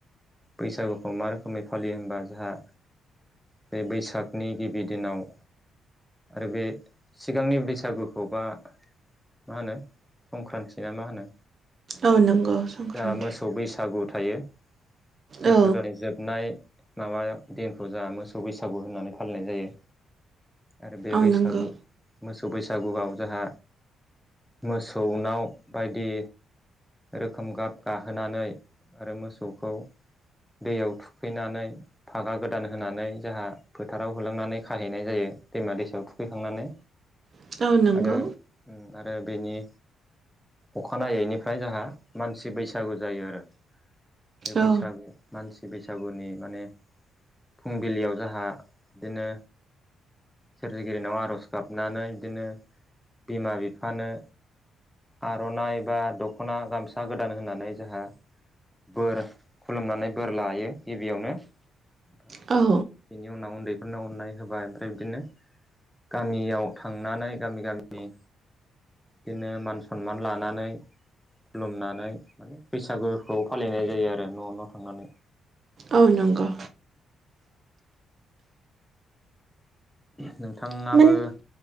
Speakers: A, in the centre; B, on the right (about 35°).
A: बैसागुखौ मा रोखोमै फालियो होनबा जोंहा बे बैसागनि गिबि दिनाव आरो बे सिगांनि बैसागुखौ बा मा होनो संक्रान्ति ना मा होनो
B: औ नंगौ संक्रान्ति
A: जाहा मोसौ बैसागु थायो। सैथ्र'
B: औ
A: दानि जोबनाय माबा दिनखौ जोंहा मोसौ बैसागु होननानै फालिनाय जायो। आरो बे
B: औ
A: बैसागु
B: नंगौ
A: मोसौ बैसागुआव जोंहा मोसौनाव बायदि रोखोम गाब गाहोनानै ओरै मोसौखौ दैयाव थुखैनानै फागा गोदान होनानै जोंहा फोथाराव होलांनानै खाहैनाय जायो दैमा दैसायाव थुखैखांनानै।
B: <inaudible> नंगौ
A: आरो आरो बेनि अखानायैनिफ्राय जोंहा मानसि बैसागु जायो आरो। बे बैसागु
B: औ
A: मानसि बैसागुनि माने फुंबिलियाव जोंहा इदिनो सोरजिगिरिनाव आर'ज गाबनानै बिदिनो बिमा बिफानो आर'नाइ बा दख'ना गामसा गोदान होननानै जोंहा बोर खुलुमनानै बोर लायो गिबियावनो। बिनि
B: औ
A: उनाव उन्दैफोरनो अननाय होबाय ओमफ्राय बिदिनो गामियाव थांनानै गामि गामि बिदिनो मान सनमान लानानै खुलुमनानै बैसागुखौ फालिनाय जायो आरो न' न' थांनानै।
B: आ नंगौ।
A: नोंथाङाबो
B: माने